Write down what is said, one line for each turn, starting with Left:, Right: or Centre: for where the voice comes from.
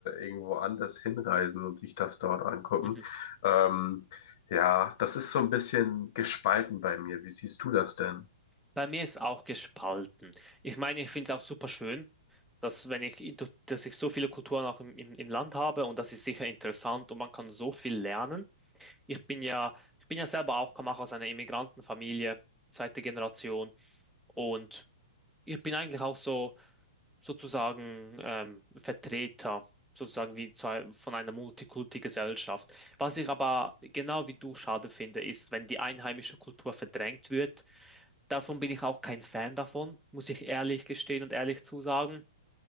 Left: irgendwo anders hinreisen und sich das dort angucken.
Centre: Mhm.
Left: Ähm, ja, das ist so ein bisschen gespalten bei mir. Wie siehst du das denn?
Centre: Bei mir ist auch gespalten. Ich meine, ich finde es auch super schön, dass wenn ich, in- dass ich so viele Kulturen auch im, im, im Land habe und das ist sicher interessant und man kann so viel lernen. Ich bin ja, ich bin ja selber auch, komme auch aus einer Immigrantenfamilie, zweite Generation und ich bin eigentlich auch so sozusagen ähm, Vertreter, sozusagen wie zwei, von einer Multikulti-Gesellschaft. Was ich aber genau wie du schade finde, ist, wenn die einheimische Kultur verdrängt wird. Davon bin ich auch kein Fan davon, muss ich ehrlich gestehen und ehrlich zusagen.